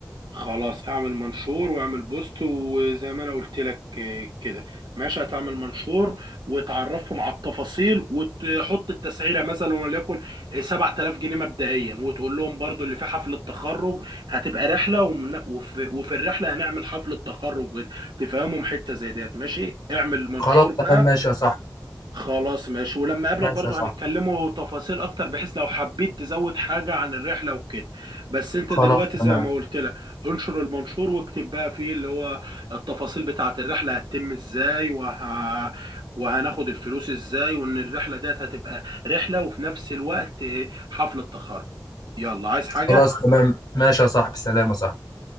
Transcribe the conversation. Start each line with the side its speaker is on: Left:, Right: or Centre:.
Right: خلاص اعمل منشور واعمل بوست وزي ما انا قلت لك آه، كده ماشي هتعمل منشور وتعرفهم على التفاصيل وتحط التسعيره مثلا وليكن 7000 جنيه مبدئيا وتقول لهم برضو اللي في حفله تخرج هتبقى رحله ومن- وفي, وفي الرحله هنعمل حفله تخرج وت- تفهمهم حته زي ديت ماشي اعمل منشور
Left: خلاص
Right: بقى
Left: تمام ماشي يا صاحبي
Right: خلاص ماشي ولما اقابلك
Left: ماشي
Right: برضو
Left: يا صاحبي
Right: هنتكلموا تفاصيل اكتر بحيث لو حبيت تزود حاجة عن الرحلة وكده بس انت
Left: خلاص
Right: دلوقتي
Left: تمام
Right: زي ما قلت لك انشر المنشور واكتب بقى فيه اللي هو التفاصيل بتاعة الرحلة هتتم ازاي وه... وهناخد الفلوس ازاي وان الرحلة ديت هتبقى رحلة وفي نفس الوقت حفلة تخرج يلا عايز حاجة
Left: خلاص تمام ماشي يا صاحبي سلام يا صاحبي